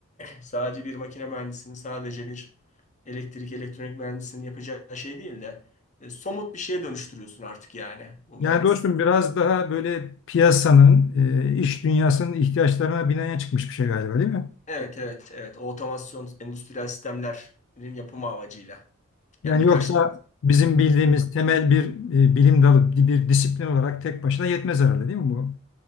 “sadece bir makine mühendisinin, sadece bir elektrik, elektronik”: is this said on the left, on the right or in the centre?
Left